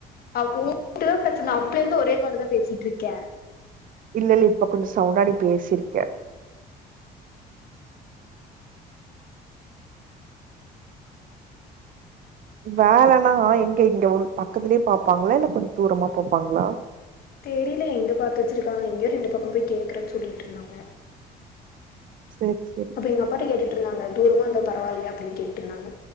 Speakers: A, on the left; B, on the right.
A: அவ்ளோதா இளயளத பிரச்சன அப்பலே இருந்து ஒரே மாரிதான் பேசிட் ட்ருக்கேன்
B: இல்ல இல்ல இப்ப கொஞ்ச சவுண்டா நீ பேசிருக்க வேலைன்னா எங்க இங்க ஒன் பக்கத்துலயே பாப்பாங்ளா இல்ல கொஞ்ச தூரமா பாப்பாங்ளா
A: தெரில எங்க பாத்து வச்சிருக்காங்க எங்கேயோ ரெண்டு பக்கம் போயி கேக்குறேன் சொல்லிட்டு இருந்தாங்க
B: சேரி சேரி
A: அப்ப எங்கப்பாட்ட கேட்டுட் இருந்தாங்க தூரமா இருந்தா பரவில்லையா அப்படின்னு கேட்டிருந்தாங்க